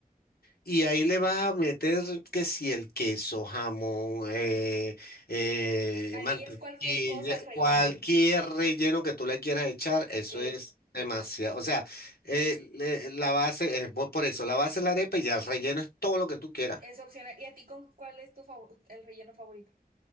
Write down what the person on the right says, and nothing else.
es
cualquier cosa el relleno.
Ok.
Es opcional. ¿Y a ti con cuál es tu favor el relleno favorito?